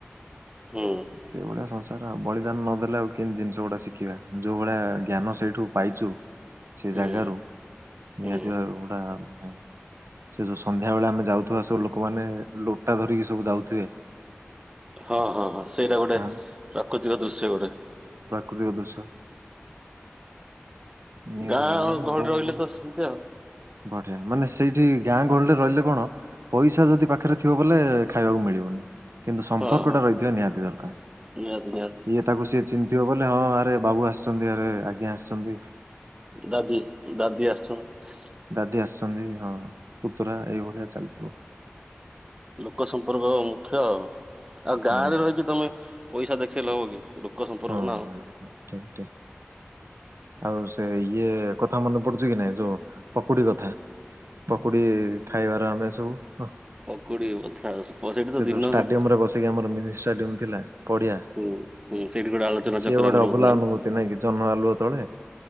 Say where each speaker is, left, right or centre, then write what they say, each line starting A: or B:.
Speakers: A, on the right (about 20°); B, on the right (about 80°).
A: ହୁଁ
B: ସେଇଭଳିଆ ସଂସାର ଆ ବଳିଦାନ ନଦେଲେ ଆଉ କେମିତି ଜିନିଷ ଗୁଡ଼ା ଶିଖିବା। ଯେଉଁ ଭଳିଆ ଜ୍ଞାନ ସେଇଠୁ ପାଇଚୁ ସେ
A: ହୁଁ।
B: ଜାଗାରୁ ନିହାତି
A: ହୁଁ
B: ଭବେ ଗୁଡା ମାନେ ସେ ଯଉ ସନ୍ଧ୍ୟାବେଳେ ଆମେ ଯାଉଥିବା ସବୁ ଲୋକମାନେ ଲୋଟା ଧରିକି ସବୁ ଯାଉଥିବେ।
A: ହଁ ହଁ ହଁ ସେଇଟା ଗୋଟେ
B: ହଁ
A: ପ୍ରାକୃତିକ ଦୃଶ୍ୟ ଗୋଟେ।
B: ଅଧିକ ଦୃଶ୍ୟ ନିହାତି
A: ଗାଁ
B: ଭାବେ
A: ଆଉ ଘରେ ରହିଲେ
B: ବ
A: ତ ସେମିତି ଆଉ।
B: ବଢିଆ। ମାନେ ସେଇଠି ଗାଁ ଗହଳିରେ ରହିଲେ କଣ ପଇସା ଯଦି ପାଖରେ ଥିବ ବଲେ ଖାଇବାକୁ ମିଳିବନି। କିନ୍ତୁ ସମ୍ପର୍କ
A: ହଁ ହଁ
B: ଟା ରହିଥିବା ନିହାତି ଦରକାର।
A: <unintelligible>
B: ଇଏ ତାକୁ ସିଏ ଚିହ୍ନିଥିବ ବଲେ ହଁ ଆରେ ବାବୁ ଆସିଚନ୍ତି ଆରେ ଆଜ୍ଞା ଆସିଚନ୍ତି।
A: ଦାଦି ଦାଦି। <unintelligible>
B: ଦାଦି ଆସିଚନ୍ତି ହଁ ପୁତୁରା ଏଇଭଳିଆ ଚାଲିଥିବ।
A: ଲୋକ ସମ୍ପର୍କ ମୁଖ୍ୟ ଆଉ। ଆଉ ଗାଁରେ
B: ହଁ ହଁ।
A: ରହିକି ତମେ ପଇସା ଦେଖେଇଲେ ହବ କି, ଲୋକ ସମ୍ପର୍କ
B: ହଁ
A: ନା ଆଉ।
B: <unintelligible> ଆଉ ସେ ଇଏ କଥା ମନେ ପଡୁଚି କି ନାଇଁ ଯୋଉ ପକୁଡି କଥା? ପକୁଡି ଖାଇବାର ଆମେ ସବୁ,
A: ପକୁଡି କଥା ସେଇଠି ତ
B: ସେ
A: ଦିନ
B: ଯୋଉ ଷ୍ଟାଡିୟମ
A: ସା
B: ରେ ବସି ଆମର ମିନି ଷ୍ଟାଡ଼ିୟମ୍ ଥିଲା ପଡ଼ିଆ
A: <unintelligible> ଗୋଟେ ଆଲୋଚନା
B: ସିଏ
A: ଚକ୍ର
B: ଗୋଟେ
A: ଆମର
B: ଅଭୁଲା
A: ହଉଥିଲା
B: ଅନୁଭୂତି
A: ନା।
B: ନାଇଁ କି ଜନ୍ମ ଆଲୁଅ ତଳେ।